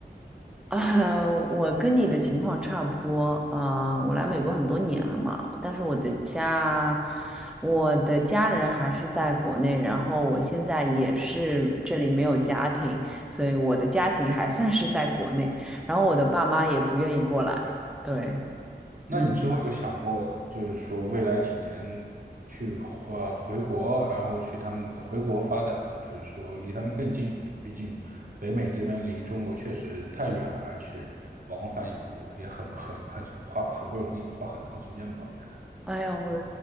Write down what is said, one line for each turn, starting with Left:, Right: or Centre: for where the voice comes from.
Centre: 啊，我跟你的情况差不多。啊，我来美国很多年了嘛，但是我的家，我的家人还是在国内，然后我现在也是这里没有家庭，所以我的家庭还算是在国内，然后我的爸妈也不愿意过来。对，
Right: 那你之后有想过，
Centre: 嗯。
Right: 就是说未来几年或回国，然后去他们回国发展嘛？就是说离他们更近一点，毕竟北美这边离中国确实太远了，而且往返也不也很很很花很不容易，花很长时间吧，我觉得。
Centre: 哎呀，我